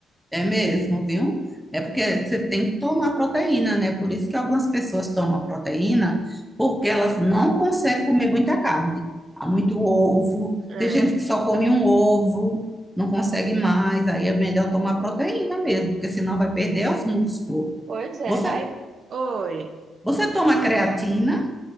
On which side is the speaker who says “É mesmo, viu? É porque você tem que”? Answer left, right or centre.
Centre